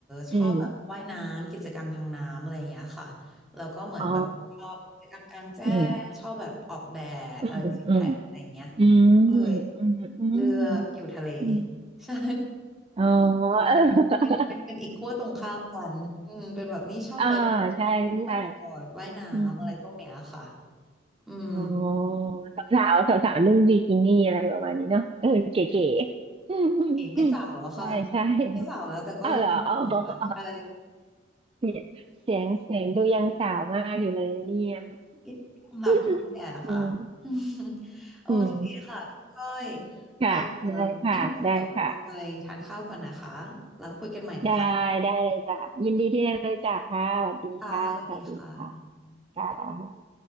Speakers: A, in the centre; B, on the right (about 30°).
A: ชอบแบบว่ายน้ำกิจกรรมทางน้ำอะไรอย่างเงี้ยค่ะแล้วก็เหมือนแบบชอบกิจกรรมกลางแจ้งชอบแบบออกแดดอะไรติดแทนอะไรอย่างเงี้ย
B: อืมอ๋ออืมอืมอืมอืม
A: ก็เลย
B: อืมอืม
A: เลือกอยู่ทะเล
B: อืม
A: <laughs> ใช่
B: อ๋อ <laughs>
A: อีก
B: เออ
A: เป็นเป็นเป็นอีกขั้วตรงข้ามกันอืมเป็นแบบนี้ชอบไป
B: อ่าใช่ใช่
A: เที่ยวปอดว่ายน้ำอะไรพวกเนี้ยค่ะ
B: อืม
A: อืม
B: อ๋อสาวสาวสาวๆนุ่งบิกินี่อะไรประมาณนี้เนาะเออเก๋ๆอืมอืมอืมใช่ใช่
A: เองไม่สาวแล้วค่ะไม่สาวแล้วแต่ก็ยังอยู่อะใช่
B: เอาเหรอ เสียงเสียงเสียงดูยังสาวมากอยู่เลยนะเนี่ย
A: <laughs> สำหรับความแก่ค่ะอืม
B: <laughs> อืม
A: <laughs> โอเคค่ะพี่ก้อย
B: อืม <laughs> ค่ะ
A: เออ
B: ได้ค่ะ
A: งั้นพี่ขอตัวไปทานข้าวก่อนนะคะแล้วคุยกันใหม่นะคะ
B: ได้ค่ะ ได้ ได้เลยจ้ะยินดีที่ได้รู้จักค่ะสวัสดีค่ะ
A: ค่ะสวัสดีค่ะ
B: สวัสดีค่ะ ค่ะ